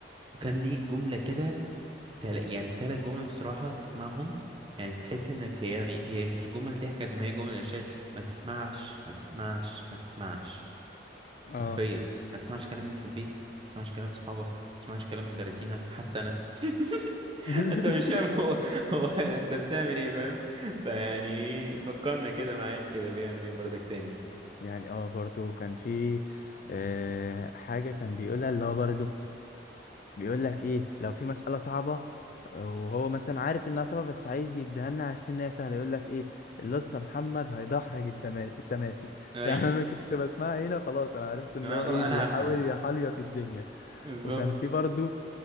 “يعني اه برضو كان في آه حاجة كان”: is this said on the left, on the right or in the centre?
Left